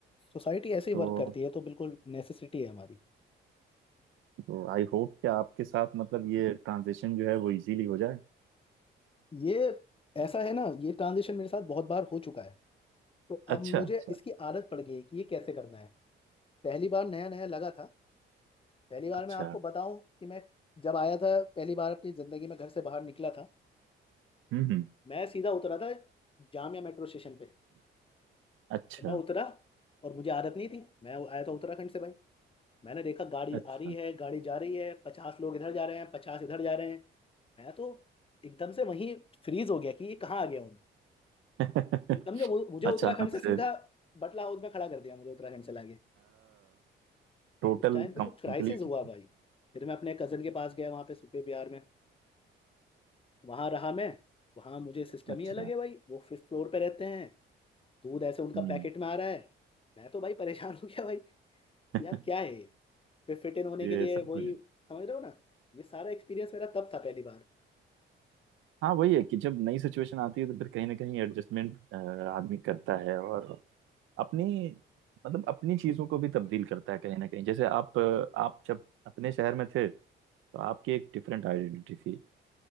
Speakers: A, on the left (about 25°); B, on the right (about 85°).
A: सोसाइटी ऐसे ही
B: तो
A: वर्क करती है तो बिल्कुल नेसेसिटी है हमारी
B: तो आई होप कि आपके साथ मतलब ये ट्रांजिशन जो है वो इजीली हो जाए
A: ये ऐसा है ना ये ट्रांजिशन मेरे साथ बहुत बार हो चुका है तो
B: अच्छा
A: अब मुझे
B: अच्छा
A: इसकी आदत पड़ गई है कि ये कैसे करना है पहली बार नया नया लगा था पहली बार
B: अच्छा
A: मैं आपको बताऊं कि मैं जब आया था पहली बार अपनी जिंदगी में घर से बाहर निकला था
B: हम्म हम्म
A: मैं सीधा उतरा था जामिया मेट्रो स्टेशन पे
B: अच्छा
A: और मैं उतरा और मुझे आदत नहीं थी मैं आया था उत्तराखंड से भाई मैंने देखा गाड़ी
B: अच्छा
A: आ रही है गाड़ी जा रही है पचास लोग इधर जा रहे हैं पचास इधर जा रहे हैं मैं तो एकदम से वहीं फ्रीज हो गया कि ये कहाँ आ गया हूँ मैं।
B: <laughs>
A: तुम समझो मु- मुझे
B: अचानक
A: उत्तराखंड से
B: से
A: सीधा बटला हाउस में खड़ा कर दिया मुझे उत्तराखंड से लाके भाई
B: Total
A: उस टाइम पे
B: complete
A: जो क्राइसिस हुआ भाई फिर मैं अपने कजन के पास गया वहाँ पे सुते प्यार में वहाँ रहा मैं वहाँ मुझे सिस्टम
B: अच्छा
A: ही अलग है भाई वो फिफ्थ फ्लोर पे रहते हैं दूध ऐसे उनका
B: हम्म
A: पैकेट में आ रहा है मैं तो भाई परेशान हो गया भाई
B: <laughs>
A: यार क्या है ये? फिर फिट इन होने
B: ये
A: के लिए
B: सब
A: वही
B: कुछ
A: समझ रहे हो ना ये सारा एक्सपीरियंस मेरा तब था पहली बार
B: हाँ वही है कि जब नई सिचुएशन आती है तो फिर कहीं ना कहीं एडजस्टमेंट आदमी करता है और अपनी मतलब अपनी चीजों को भी तब्दील करता है कहीं ना कहीं जैसे आप आप जब अपने शहर में थे तो आपकी एक डिफरेंट आइडेंटिटी थी